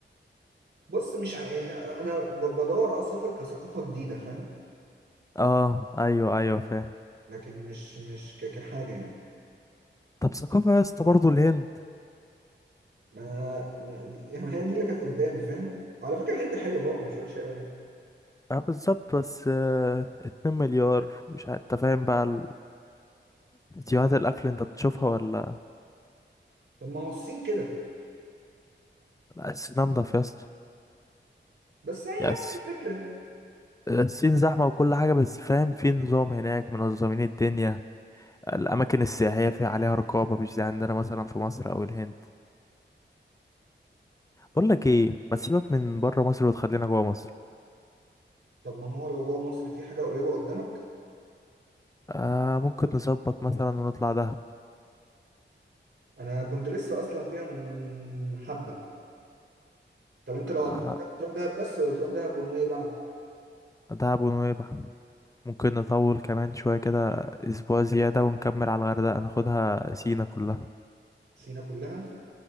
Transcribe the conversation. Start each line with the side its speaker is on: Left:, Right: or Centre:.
Right: بص مش ع... يعني انا ب- بدور على السفر كثقافه جديده فاهم
Left: اه ايوه ايوه فاهم
Right: لكن مش مش ك- كحاجه يعني
Left: طب ثقافه يا اسطى برضه الهند
Right: ما أنا- يعني هي دي اللي كانت قدامي فاهم وعلى فكره الهند حلوه برضه مش وحشه قوي يعني
Left: اه بالظبط بس آه، 2 مليار مش عارف انت فاهم بقى ال- فيديوهات الاكل انت بتشوفها ولا
Right: طب ما هو الصين كده
Left: لا الصين انضف يا اسطى
Right: بس يعني
Left: يعني الص-
Right: نفس الفكره
Left: الصين زحمه وكل حاجه بس فاهم في نظام هناك منظمين الدنيا الاماكن السياحيه فيها عليها رقابه مش زي عندنا مثلا في مصر او الهند بقول لك ايه ما تسيبك من بره مصر وتخلينا جوه مصر
Right: طب ما هو لو جوه مصر في حاجه قريبه قدامك
Left: آه ممكن نظبط مثلا ونطلع دهب
Right: انا كنت لسه اصلا فيها من حبه طب انت لو هتروح
Left: آه
Right: دهب تروح دهب بس ولا تروح دهب ونويبع
Left: دهب ونويبع ممكن نطول كمان شويه كده اسبوع زياده ونكمل على الغردقه ناخدها سينا كلها
Right: سينا كلها